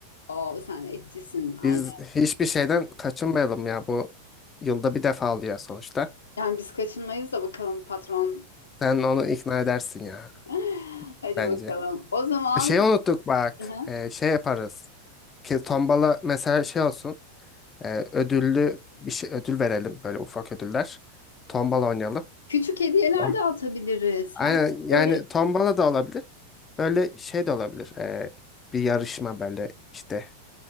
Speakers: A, on the left; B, on the left.
A: Oo, sen etçisin aynen.
B: Biz hiçbir şeyden kaçınmayalım ya. Bu yılda bir defa oluyor sonuçta.
A: Yani biz kaçınmayız da bakalım patron.
B: Sen onu ikna edersin ya
A: <laughs> Hadi
B: bence.
A: bakalım. O zaman
B: Şey unuttuk bak.
A: Hı hı.
B: E, şey yaparız. Ki tombala mesela şey olsun. Ee, ödüllü bir şey ödül verelim böyle ufak ödüller. Tombala oynayalım.
A: Küçük hediyeler
B: Tamam.
A: dağıtabiliriz.
B: Aynen,
A: Herkes
B: yani
A: böyle
B: tombala da olabilir. Böyle şey de olabilir. Ee, bir yarışma böyle işte